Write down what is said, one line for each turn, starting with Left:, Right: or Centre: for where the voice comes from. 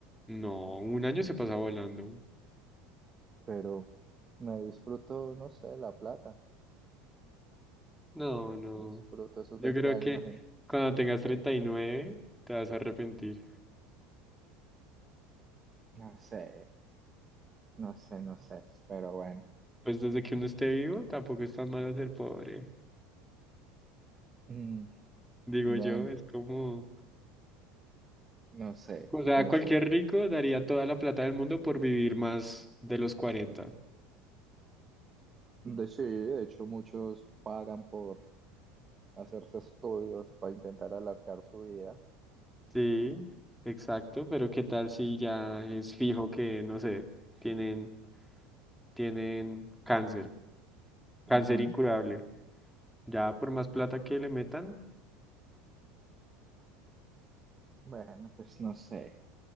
Centre: No, un año se pasa volando.
Right: pero me disfruto, no sé, la plata.
Centre: No, no.
Right: Disfruto esos
Centre: Yo
Right: 20
Centre: creo
Right: años,
Centre: que
Right: imagino.
Centre: cuando tengas 39 te vas a arrepentir.
Right: No sé, no sé, no sé, pero bueno.
Centre: Pues desde que uno esté vivo tampoco es tan malo ser pobre.
Right: Mm,
Centre: Digo
Right: bueno,
Centre: yo, es como...
Right: no sé,
Centre: O sea,
Right: no
Centre: cualquier
Right: sé.
Centre: rico daría toda la plata del mundo por vivir más de los cuarenta
Right: De, sí, de hecho muchos pagan por hacerse estudios para intentar alargar su vida.
Centre: Sí, exacto, pero ¿qué tal si ya es fijo que, no sé, tienen, tienen cáncer, cáncer
Right: Ujú.
Centre: incurable? Ya por más plata que le metan,
Right: Bueno, pues no sé.